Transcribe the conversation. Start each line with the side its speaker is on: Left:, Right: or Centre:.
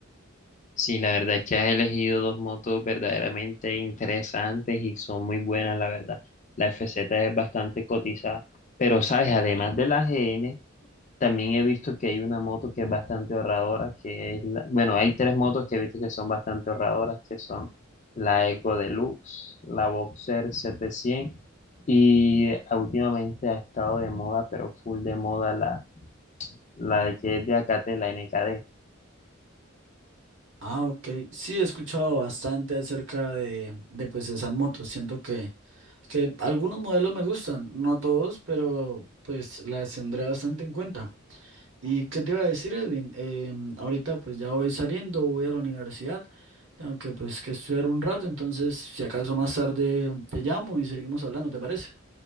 Left: Sí, la verdad es que has elegido dos motos verdaderamente interesantes y son muy buenas, la verdad. La FZ es bastante cotizada, pero sabes, además de la GN, También he visto que hay una moto que es bastante ahorradora, que es la, bueno, hay tres motos que he visto que son bastante ahorradoras, que son la Eco Deluxe, la Boxer 700 y ah, últimamente ha estado de moda, pero full de moda la, la de que es de Acate, la NKD.
Right: Ah, ok. Sí, he escuchado bastante acerca de, de pues esas motos. Siento que, que algunos modelos me gustan, no todos, pero pues las tendré bastante en cuenta. ¿Y qué te iba a decir, Edwin? Em, ahorita pues ya voy saliendo, voy a la universidad, tengo que pues que estudiar un rato, entonces si acaso más tarde te llamo y seguimos hablando, ¿te parece?